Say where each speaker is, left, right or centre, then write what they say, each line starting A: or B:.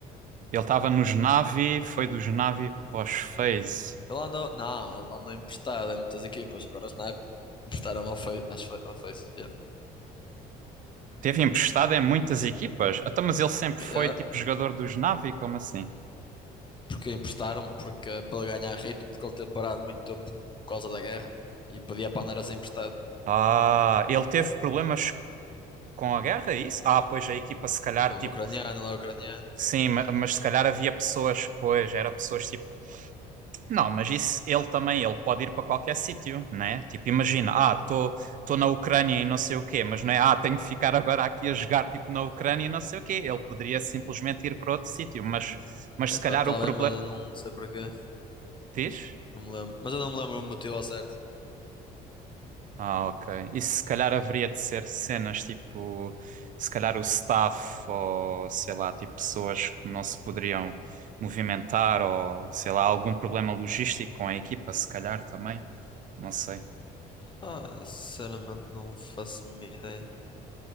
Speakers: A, on the right; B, on the left.
A: Ele estava nos Navi, foi dos Navi para os FaZe.
B: Ele andou, não, ele andou emprestado em muitas equipas. Agora os Nabi emprestaram ao Face. Ao face yeah.
A: Teve emprestado em muitas equipas. Até, mas ele sempre
B: Yeah.
A: foi tipo jogador dos Navi, como assim?
B: Porque emprestaram, porque, para ele ganhar ritmo, porque ele teve parado muito tempo por causa da guerra e podia para andar assim emprestado.
A: Ah, ele teve problemas com a guerra, é isso? Ah, pois a equipa se calhar,
B: Ele
A: tipo,
B: é ucraniano, ele é ucraniano.
A: sim, mas se calhar havia pessoas, pois, era pessoas tipo Não, mas isso ele também, ele pode ir para qualquer sítio, né? Tipo, imagina, ah, estou estou na Ucrânia e não sei o quê, mas não é, ah, tenho que ficar agora aqui a jogar tipo na Ucrânia e não sei o quê. Ele poderia simplesmente ir para outro sítio, mas mas
B: É
A: se
B: pá,
A: calhar
B: tá
A: o problema
B: bem, mas eu não sei porquê.
A: diz?
B: Não me lembro. Mas eu não me lembro o motivo ao certo.
A: Ah, ok. Isso se calhar haveria de ser cenas tipo, se calhar o staff ou sei lá, tipo pessoas que não se poderiam movimentar ou sei lá, algum problema logístico com a equipa, se calhar também. Não sei.
B: Ah, sinceramente não faço a mínima ideia.